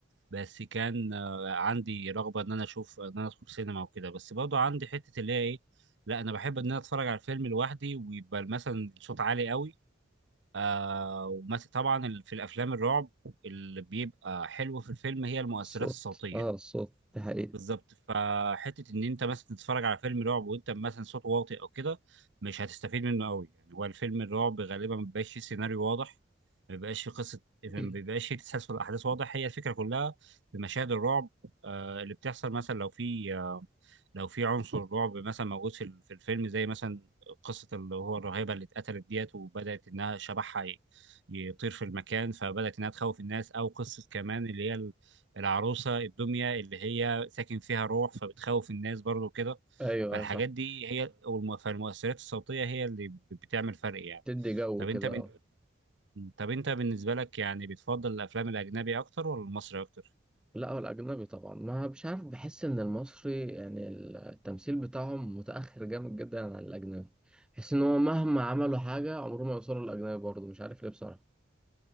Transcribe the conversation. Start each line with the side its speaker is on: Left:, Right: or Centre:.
Right: بس كان آه عندي رغبة إن أنا أشوف إن أنا أدخل سينما وكده بس برضه عندي حتة اللي هي إيه لا أنا بحب إن أنا أتفرج على الفيلم لوحدي ويبقى مثلا الصوت عالي قوي آه ومثلا طبعا ال- في الافلام الرعب اللي بيبقى حلو في الفيلم هي المؤثرات
Centre: الصوت
Right: الصوتيه
Centre: اه الصوت ده حقيقي
Right: بالظبط فحته ان انت مثلا تتفرج على فيلم رعب وانت مثلا صوته واطي او كده مش هتستفيد منه قوي يعني هو الفيلم الرعب غالبا ما بيبقاش فيه سيناريو واضح ما بيبقاش فيه قصه
Centre: <clears throat>
Right: ما بيبقاش فيه تسلسل احداث واضح هي الفكره كلها في مشاهد الرعب آه اللي بتحصل مثلا لو في لو في عنصر رعب مثلا موجود في ال- في الفيلم زي مثلا قصة اللي هو الراهبة اللي اتقتلت ديت وبدأت إنها شبحها ي- يطير في المكان فبدأت إنها تخوف الناس أو قصة كمان اللي هي ال- العروسة الدمية اللي هي ساكن فيها روح فبتخوف الناس برضو كده
Centre: ايوه
Right: فالحاجات
Centre: ايوه صح
Right: دي هي والم- فالمؤثرات الصوتية هي اللي ب- بتعمل فرق يعني
Centre: تدي جو
Right: طب
Centre: كده
Right: أنت بن...
Centre: اه
Right: طب أنت بالنسبة لك يعني بتفضل الأفلام الأجنبي أكتر ولا المصري أكتر؟
Centre: لا هو الأجنبي طبعا ما مش عارف بحس إن المصري يعني التمثيل بتاعهم متأخر جامد جدا عن الأجنبي بحس إن هو مهما عملوا حاجة عمرهم ما يوصلوا للأجنبي برضه مش عارف ليه بصراحة